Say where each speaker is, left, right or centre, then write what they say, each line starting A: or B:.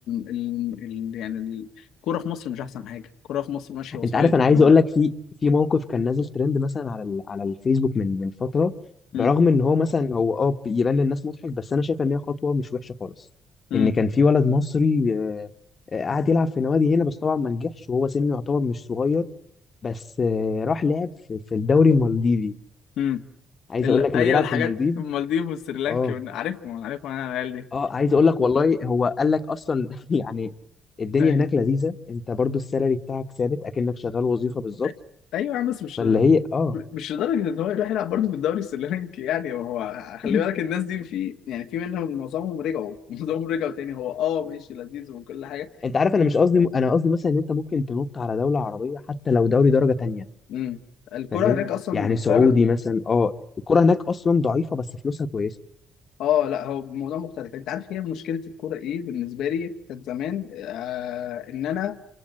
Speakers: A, on the left; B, on the left.
A: ال... ال... يعني الكوره في مصر مش احسن حاجه الكوره في مصر ماشيه وسايط
B: انت عارف انا
A: والكلام
B: عايز اقول
A: ده
B: لك في في موقف كان نازل ترند مثلا على ال... على الفيسبوك من من فتره برغم
A: امم
B: ان هو مثلا هو اه يبان للناس مضحك بس انا شايف ان هي خطوه مش وحشه خالص
A: امم
B: ان كان في ولد مصري آه، آه، قاعد يلعب في نوادي هنا بس طبعا ما نجحش وهو سنه يعتبر مش صغير بس آه، راح لعب في, في الدوري المالديفي
A: امم
B: عايز
A: ال...
B: اقول لك انه
A: ايوه
B: بيلعب
A: الحاجات
B: في المالديف
A: المالديف والسريلانكي
B: اه
A: وإن- عارفهم عارفهم انا العيال دي
B: اه عايز اقول لك والله هو قال لك اصلا <laughs> يعني الدنيا
A: ايوه
B: هناك لذيذه انت برضو السالري بتاعك ثابت اكنك شغال وظيفه بالظبط
A: أي- ايوه يا عم بس مش
B: فاللي هي اه
A: مش لدرجه ان هو يروح يلعب برضه في الدوري السريلانكي يعني هو خلي
B: <laughs>
A: بالك الناس دي في يعني في منهم معظمهم رجعوا <laughs> معظمهم رجعوا تاني هو اه ماشي لذيذ وكل حاجه
B: انت عارف انا مش قصدي انا قصدي مثلا ان انت ممكن تنط على دوله عربيه حتى لو دوري درجه تانية
A: امم الكرة
B: فاهم
A: هناك أصلا
B: يعني سعودي
A: فعلا
B: مثلا اه الكره هناك اصلا ضعيفه بس فلوسها كويسه
A: اه لا هو موضوع مختلف انت عارف هي مشكله الكوره ايه بالنسبه لي كانت زمان آه ان انا